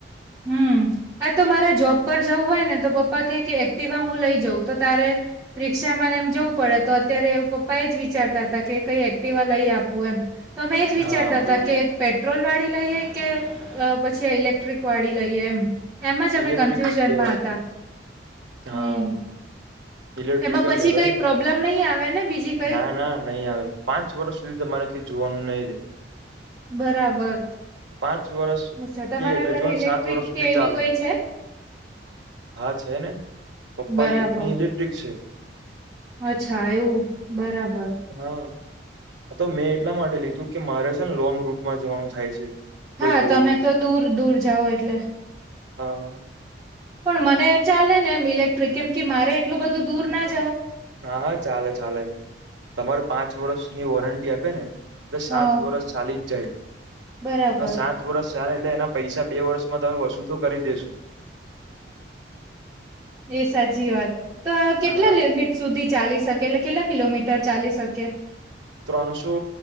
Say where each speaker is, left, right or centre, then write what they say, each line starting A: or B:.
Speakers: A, on the right (about 15°); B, on the right (about 80°).
A: હમ આ તો મારે જોબ પર જવું હોય ને. તો પપ્પા કે એક્ટવા હું લઈ જાઉં તો તારે રિક્ષા ને એમ જવું પડે તો અત્યારે પપ્પા એ. જ વિચારતા હતા કે કઈ એક્ટિવા લઈ આપવું એમ. તો અમે એજ વિચારતા
B: હા
A: હતા કે પેટ્રોલ વાળી લઈએ કે પછી ઇલેક્ટ. વાડી લઈએ એમ એમ જ અમે
B: ઇલેક્ટ્રિક
A: કન્ફ્યુઝનમાં
B: લેવાય
A: હતા
B: હા
A: હમ.
B: ઇલેક્ટ્રિકલ
A: એમાં પછી
B: લેવાય
A: કઈ પ્રોબ્લેમ નહીં આવે. ને બીજી કઈ
B: ના ના નહી આવે પાંચ વર્ષ સુધી તમારે ક જોવાનું નહીિ રે.
A: બરાબર.
B: પાંચ વર્ષ
A: અચ્છા તમારા
B: કે એટલે
A: ઘરે
B: જો ને
A: ઇલેક્ટ્રિક
B: સાત વર્ષ સુધી
A: કે એવી
B: ચાલે
A: કોઈ છે.
B: હા છે ને પપ્પાની
A: બરાબર
B: ઇલેક્ટ્રિક છે.
A: અચ્છા એવું બરાબર.
B: હા તો મેં એટલા માટે લીધું કે મારે છે ને લોંગ રૂટમાં જવાનું થાય છે. કોઈ
A: હા
B: કો
A: તમે તો દૂર દૂર જાઓ એટલે.
B: હા.
A: પણ મને ચાલે ને એમ ઇલેક્ટ્રિક કેમ કે મારે એટલું બધું દૂર ના જ.
B: હા હા ચાલે ચાલે તમારે પાંચ વર્ષની વોરંટી આપે ને. એ સાત
A: હ
B: વરષ ચાલી જ જાય
A: બરાબર
B: આ સાત વર્ષ. સાર એટલે એના પૈસા બે વર્ષમાં તમે વસૂલ તો કરી દેેશુ.
A: એ સાચી વાત તો આ કેટલા
B: હા
A: લે મ. સુધી ચાલી શકે એટલે કેટલા કિલોમીટર ચાલી શકે.
B: ત્રણસો